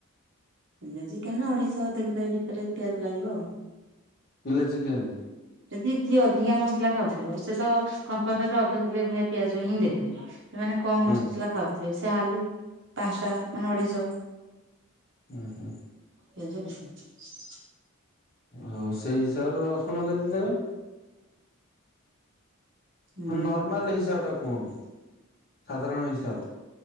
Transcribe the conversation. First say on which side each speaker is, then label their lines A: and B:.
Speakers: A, on the right; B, on the left.
A: କିଲେ ଚିକେନ୍ ରେ ଅଢ଼େଇଶହ ଅଧ କିଲେ ଭିତରେ ପିଆଜ ଲାଗିବ ଆଉ।
B: କିଲେ ଚିକେନ୍।
A: ଯଦି ଯିଏ ଅଧିକା ମସଲା ଖାଉଥିବ, ସେ ତ କମ୍ପାଲସରି ଅଧ କିଲେ ଭଳିଆ ପିଆଜ ହିଁ ଦେବେ। <inaudible> କମ୍
B: ହୁଁ
A: ମସଲା ଖାଉଥିବେ, ସେ ହାଡ଼ିଲି ପାଞ୍ଚଟା ମାନେ ଅଢେଇଶହ
B: ଉଁ-ହୁଁ।
A: <inaudible>
B: ଆଉ ସେଇ ହିସାବରେ ରସୁଣ କେତେ ଦେବେ?
A: ହୁଁ।
B: ମାନେ ନର୍ମାଲ୍ ହିସାବଟା କୁହନ୍ତୁ, ସାଧାରଣ ହିସାବ୍।